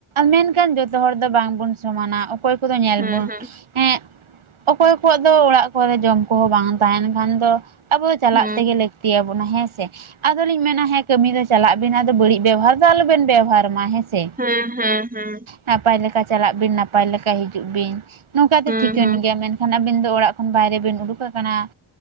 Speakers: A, on the right (about 90°); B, on the right (about 15°).
A: ᱢᱮᱱᱠᱷᱟᱱ ᱡᱚᱛᱚ ᱦᱚᱲ ᱫᱚ ᱵᱟᱝᱵᱚᱱ ᱥᱚᱢᱟᱱᱟ ᱠᱚᱫᱚ ᱧᱮᱞ
B: ᱦᱮᱸ
A: ᱵᱚᱱ
B: ᱦᱮᱸ
A: ᱦᱮᱸᱚᱠᱚᱭ ᱠᱚᱣᱟᱜ ᱫᱚ ᱚᱲᱟᱜ ᱠᱚᱨᱮ ᱡᱚᱢ ᱠᱚᱦᱚᱸ ᱵᱟᱝ ᱛᱟᱦᱮᱱ ᱠᱷᱟᱱ ᱫᱚ ᱟᱵᱚ ᱫᱚ ᱪᱟᱞᱟᱜ
B: ᱦᱮᱸ
A: ᱛᱮᱜᱮ ᱞᱟᱹᱠᱛᱤᱭᱟᱵᱚᱱᱟ ᱦᱮᱸ ᱥᱮ ᱟᱫᱚᱞᱤᱧ ᱢᱮᱱᱟ ᱦᱮᱸ ᱠᱟᱹᱢᱤ ᱫᱚ ᱪᱟᱞᱟᱜ ᱵᱤᱱ ᱟᱫᱚ ᱵᱟᱹᱲᱤᱡ ᱵᱮᱵᱚᱦᱟᱨ ᱫᱚ ᱟᱞᱚᱵᱤᱱ ᱵᱮᱵᱚᱦᱟᱨ ᱢᱟ ᱦᱮᱸ ᱥᱮ
B: ᱦᱮᱸ ᱦᱮᱸ ᱦᱮᱸ
A: ᱱᱟᱯᱟᱭ ᱞᱮᱠᱟ ᱪᱟᱞᱟᱜ ᱵᱤᱱ ᱱᱟᱯᱟᱭ ᱞᱮᱠᱟ ᱦᱤᱡᱩᱜ ᱵᱤᱱ ᱱᱚᱝᱠᱟ ᱫᱚ
B: ᱦᱮᱸ
A: ᱴᱷᱤᱠᱟᱹᱱ
B: ᱦᱮᱸ
A: ᱜᱮᱭᱟ ᱢᱮᱱ ᱠᱷᱟᱱ ᱟᱹᱵᱤᱱ ᱫᱚ ᱚᱲᱟᱜ ᱠᱷᱚᱱ ᱵᱟᱭᱨᱮ ᱵᱤᱱ ᱩᱰᱩᱠ ᱟᱠᱟᱱᱟ